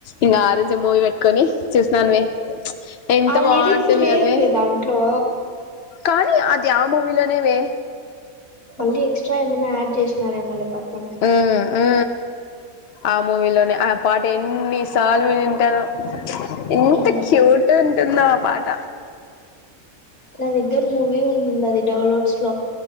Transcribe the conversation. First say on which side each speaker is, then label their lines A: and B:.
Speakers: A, on the left (about 65°); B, on the left (about 40°).
A: ఇంకా ఆ రోజు మూవీ పెట్టుకొని చూసన్నానువే ఎంత
B: ఆ
A: బాగుంటుంది
B: లిరిక్స్ లేదువే
A: గదే
B: దాంట్లో
A: కానీ అది ఆ మూవలోనేవే
B: అదే ఎక్స్త్రా ఏమన్నా యాడ్ చేసినార ఏమో లే పక్కన
A: ఆ ఆ ఆ మూవీలోనే ఆ పాట ఎన్ని సార్లు వినుంటానో ఎంత
B: ఉమ్
A: క్యూట్ ఉంటుందో ఆ పాట
B: నా దగ్గర మూవీ ఉంది అది డౌన్లోడ్స్ లో